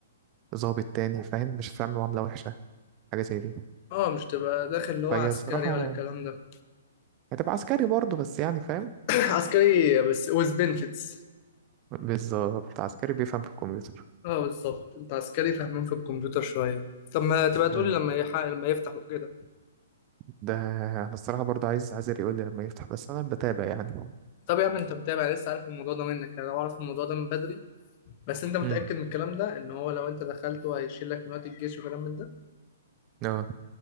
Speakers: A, on the right; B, on the left.
A: ضابط تاني فاهم مش هتتعامل معاملة وحشة حاجة زي دي
B: اه مش تبقى داخل اللي هو
A: فهي
B: عسكري
A: الصراحة
B: ولا الكلام ده
A: هتبقى عسكري برضه بس يعني فاهم
B: <clears throat> عسكري بس with benefits
A: بالظبط عسكري بيفهم في الكمبيوتر
B: اه بالظبط انت عسكري فاهمين في الكمبيوتر شوية طب ما تبقى تقولي
A: مم.
B: لما يح... لما يفتحوا كده
A: ده انا الصراحة برضه عايز عايز يقول لي لما يفتح بس انا بتابع يعني
B: طب يا عم انت متابع لسه عارف الموضوع ده منك انا اعرف الموضوع ده من بدري بس انت متأكد
A: مم.
B: من الكلام ده ان هو لو انت دخلته هيشيل لك من وقت الجيش وكلام من ده
A: اه